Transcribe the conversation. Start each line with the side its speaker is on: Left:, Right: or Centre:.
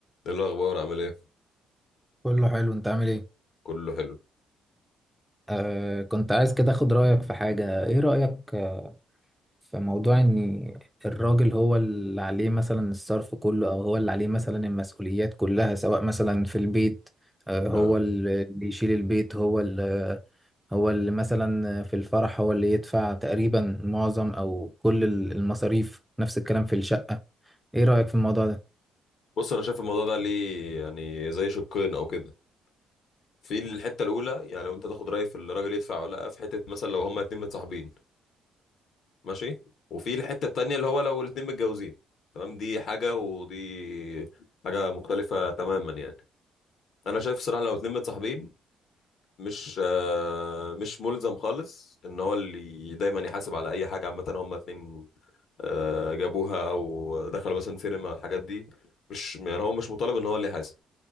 Left: ايه الاخبار عامل ايه
Centre: كله حلو انت عامل ايه
Left: كله حلو
Centre: آه كنت عايز كده اخد رأيك في حاجة ايه رأيك آه، في موضوع ان الراجل هو اللي عليه مثلا الصرف كله او هو اللي عليه مثلا المسؤوليات كلها سواء مثلا في البيت آه هو
Left: اه
Centre: اللي اللي يشيل البيت هو اللي هو اللي مثلا في الفرح هو اللي يدفع تقريبا معظم او كل المصاريف نفس الكلام في الشقة ايه رأيك في الموضوع ده
Left: بص انا شايف الموضوع ده ليه يعني زي شقين او كده في الحته الاولى يعني لو انت تاخد راي في الراجل يدفع ولا لا في حته مثلا لو هما اتنين متصاحبين ماشي وفي الحته التانيه اللي هو لو الاتنين متجوزين تمام دي حاجه ودي حاجه مختلفه تماما يعني انا شايف صراحه لو اتنين متصاحبين مش آه مش ملزم خالص ان هو اللي دايما يحاسب على اي حاجه عامه هما اتنين آه، جابوها او دخلوا مثلا سينما الحاجات دي مش يعني هو مش مطالب ان هو اللي يحاسب